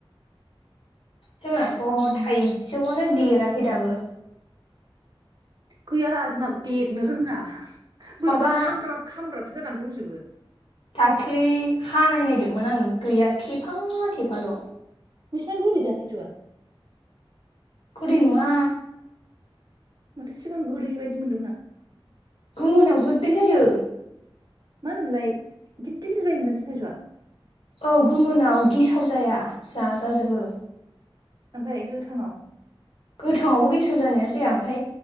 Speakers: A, on the left (about 80°); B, on the right (about 45°).
A: जोंनाथ
B: आराम
A: थाइजौआनो देराखै हिदाबो
B: गैया रा जोंनाबो देरनो रोंङा बोरैबा
A: माबा
B: खामब्राब खामब्राब सो जानानै दंजोबो
A: दाख्लै हानाय नायदोंमोन आंङो गैया थेफा थेफाल
B: नोंसिना गोदैदा थाइजौआ
A: गोदै नङा
B: माथो सिगां गोदै बायदि मोनदोंमोन आं।
A: गुमोनाव गोददै जायो।
B: मा होनोमोनलाय गिदिर -गिदिर जायोमोनदां नोंसोरनि थाइजौआ।
A: औ गोमोनाव गेसाव जाया जाजाजोबो।
B: ओमफ्राय गोथांआव।
A: गोथाङावबो गेसाव जानाया जाया ओमफ्राय